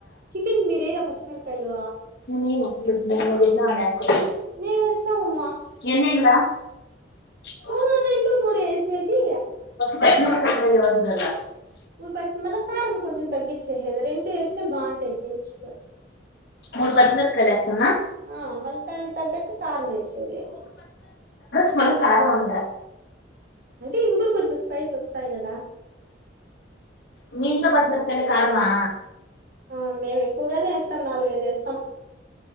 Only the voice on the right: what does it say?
చికెన్ మీరు్యేయరా పచ్చిమిరపకాయలు
మేమేస్తామమ్మా
ఓక రెండు మూడు వేసేది
ఉ పచ్చి మళ్ళా కారం కొంచం తగ్గచ్చేహెయేది రెండు వేస్తే బాగుంటాయి టేస్ట్
ఆ మళ్ళ దాన్ని తగ్గట్టు కారం వేసేది
అంటే ఇవి కూడా కొంచెం స్పైస్ వస్తాయి కదా
ఆ మేము ఎక్కువగానే ఏస్తాం నాలుగైదు ఏస్తాం